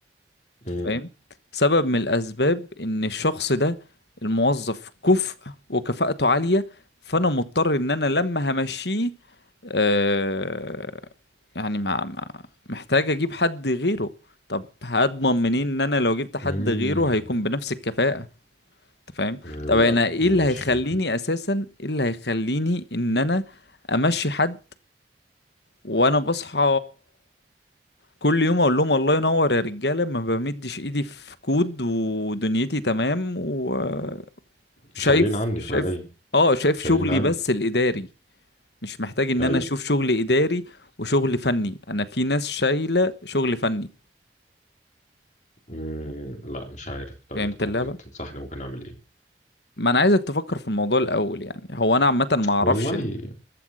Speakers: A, on the left (about 45°); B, on the left (about 65°).
A: امم
B: فاهم سبب من الاسباب ان الشخص ده الموظف كفء وكفاءته عالية فانا مضطر ان انا لما همشيه آه يعني ما ما محتاج اجيب حد غيره طب هضمن منين ان انا لو جبت حد
A: امم
B: غيره هيكون بنفس الكفاءة انت فاهم
A: لا
B: طب انا ايه
A: مش
B: اللي هيخليني
A: عارف
B: اساسا ايه اللي هيخليني ان انا امشي حد وانا بصحى كل يوم اقول لهم الله ينور يا رجاله ما بمدش ايدي في كود ودنيتي تمام وشايف شايف
A: شايلين عني فعليا
B: اه شايف
A: شايلين
B: شغلي
A: عني
B: بس الاداري مش محتاج ان
A: ايوه
B: انا اشوف شغل اداري وشغل فني انا في ناس شايله شغل فني
A: امم لا مش عارف طب
B: فهمت
A: انت ممكن
B: اللعبه
A: تنصحني ممكن اعمل ايه
B: ما انا عايزك تفكر في الموضوع الاول يعني هو انا عامه ما اعرفش
A: والله
B: ال...